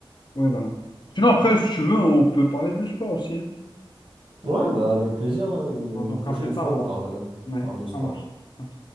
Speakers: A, on the left; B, on the right.
A: Oui, voilà. Sinon, après, si tu veux, on peut parler de sport aussi. hein.
B: Ouais, bah, avec plaisir, hein. Une,
A: On en
B: une prochaine
A: plus tard,
B: fois, on
A: alors.
B: parle, euh,
A: Ouais,
B: parle de
A: ça
B: sport.
A: marche. Ok.